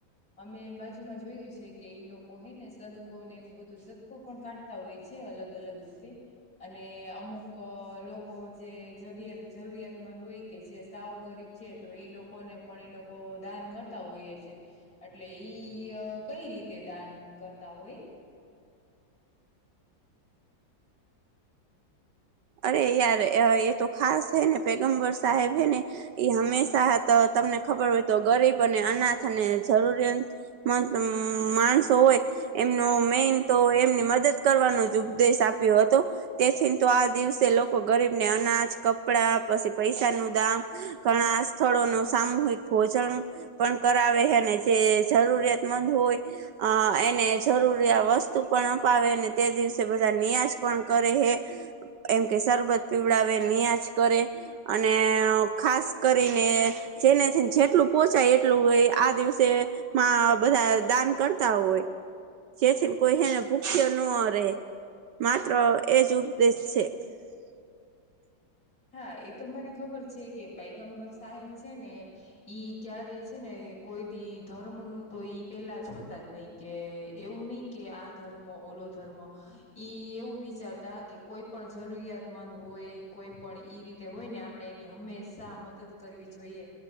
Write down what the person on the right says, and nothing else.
અરે યાર એ તો ખાસ હે ને પેગમ્બર સાહેબ હે ને એ હંમેશા તમને ખબર હોય તો ગરીબ અને અનાથ અને જરૂરિયાતમંદ માણસ હોય એમનો મેન તો એમજ મદદ કરવાનો જ ઉપદેશ આપ્યો હતો તેથી તો આ દિવસે લોકો ગરીબ ને અનાજ કપડા પછી પૈસા નું દામ ઘણા સ્થળો નુ સામૂહિક ભોજન પણ કરાવે જે જરૂરિયાતમંદ હોય. ને જરૂરી વસ્તુ પણ અપાવેને તે દિવસે બધા ન્યાજ પણ કરે હે એમ કે સરબત પીવડાવે ન્યાજ કરે અને ખાસ કરીને જેને છેને જેટલું પોચાય એટલું આ દિવસે માં બધા દાન કરતા હોય. જેથીને કોઈ એને ભૂખ્યો ન રહેે માત્ર એજ ઉપદેશ છે. હમ